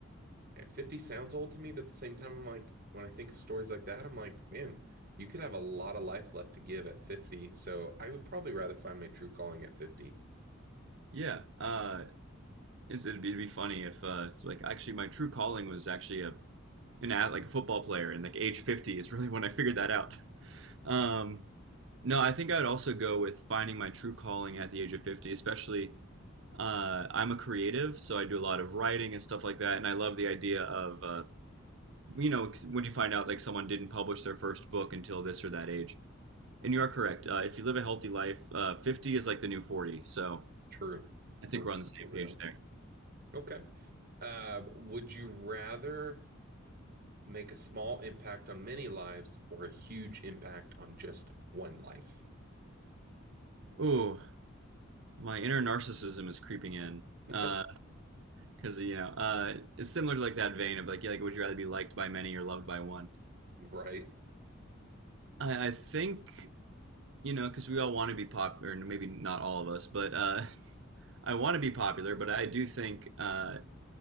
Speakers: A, on the right; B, on the right.
A: uh, 50 sounds old to me, but at the same time, I'm like, when I think of stories like that, I'm like, man, you could have a lot of life left to give at 50. So I would probably rather find my true calling at 50.
B: Yeah. Uh it's, it'd be it'd be funny if uh it's like actually my true calling was actually a an ad, like a football player and like age 50 is really <laughs> when I figured that out. Um no, I think I would also go with finding my true calling at the age of 50, especially uh, I'm a creative, so I do a lot of writing and stuff like that, and I love the idea of uh, you know, when you find out like someone didn't publish their first book until this or that age. And you are correct. Uh, if you live a healthy life, uh, 50 is like the new 40. So
A: True.
B: I
A: For,
B: think we're on the
A: for
B: same
A: real.
B: page there.
A: Okay. Uh, would you rather make a small impact on many lives or a huge impact on just one life.
B: Ooh, my inner narcissism is creeping in.
A: <laughs>
B: Uh, cause you know, uh, it's similar to like that vein of like, yeah, like, would you rather be liked by many or loved by one?
A: right.
B: I, I think, you know, cause we all want to be popular and maybe not all of us, but, uh, <laughs> I want to be popular, but I do think, uh,